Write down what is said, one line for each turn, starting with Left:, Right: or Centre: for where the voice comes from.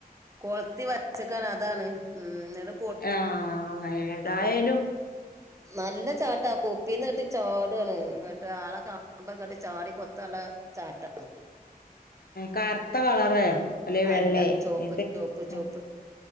Right: കൊൾത്തി വൽച്ചക്കാണ് അതാണ് ഉം ന്നട്ട്
Left: ആഹ് ഏതായേലും
Right: നല്ല ചാട്ടാ കുപ്പീന്ന്ട്ടി ചാടാണ്. ന്നട്ട് ആളെ കാണുമ്പങ്ങട്ട് ചാടി കൊത്താല്ല ചാട്ടാ.
Left: കർത്ത കളറ് അല്ലെ വെള്ളേ
Right: അല്ല ചോപ്പ്
Left: എന്ത്
Right: ചോപ്പ് ചോപ്പ്
Left: ഉം.